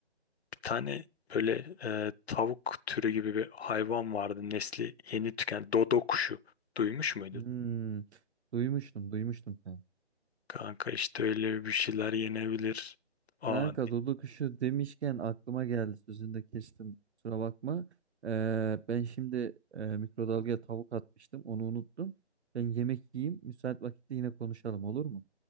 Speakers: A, on the left (about 65°); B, on the right (about 75°).
A: bir tane böyle eee, tavuk türü gibi bir hayvan vardı. Nesli yeni tüken dodo kuşu. Duymuş muydun?
B: Hmm, duymuştum, duymuştum kanka.
A: Kanka işte öyle bir şeyler yenebilir. Aa,
B: Kanka Dudu kuşu demişken aklıma geldi sözünü de kestim kusura bakma. Ee, ben şimdi e, mikrodalgaya tavuk atmıştım onu unuttum. Ben yemek yiyeyim müsait vakitte yine konuşalım olur mu?